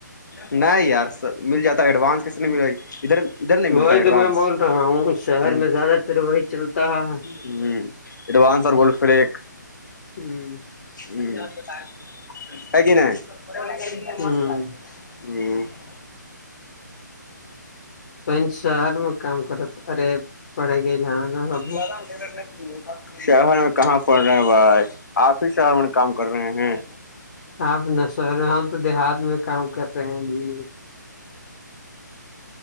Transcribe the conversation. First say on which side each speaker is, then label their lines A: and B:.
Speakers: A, on the left; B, on the left.
A: نہیں یار سب مل جاتا ہے ایڈوانس کس نہیں مل رہی ادھر ادھر نہیں
B: وہی
A: ملتا ہے ایڈوانس
B: تو میں بول رہا ہوں شہر
A: ہ
B: میں زیادہ تر وہی چلتا ہے
A: ہ ایڈوانس آر گولڈ فلیک
B: ہوں
A: ہ ت کہ نہیں
B: ہوں
A: ہ
B: تون شہر م کام کرتا ارے پڑے گئی ل نا با
A: زیادہ اے رٹنے چے شہر میں کہاں پڑ رہے ہیں بھائی آپ ہی شہر میں کام کر رہے ہیں
B: آپ ن سر ہ تو دیہات میں کام کر رہے ہیں جی